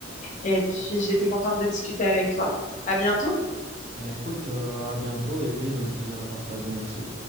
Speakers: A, on the left (about 40°); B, on the right (about 30°).
A: Et puis, j'ai été contente de discuter avec toi. À bientôt.
B: Bah écoute, euh, à bientôt et oui, le plaisir est partagé, merci.